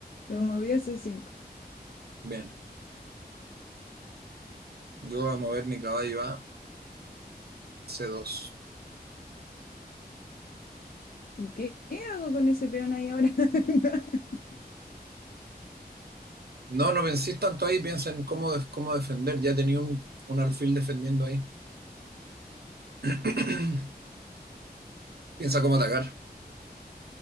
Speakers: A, on the left (about 60°); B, on the right (about 70°).
A: lo moví a C5.
B: Bien. Yo voy a mover mi caballo a c dos.
A: ¿Y qué, qué hago con ese peón ahí ahora? <laughs>
B: No, no penséis tanto ahí, piensa en cómo, def- cómo defender. Ya tenía un, un alfil defendiendo ahí. <clears throat> Piensa cómo atacar.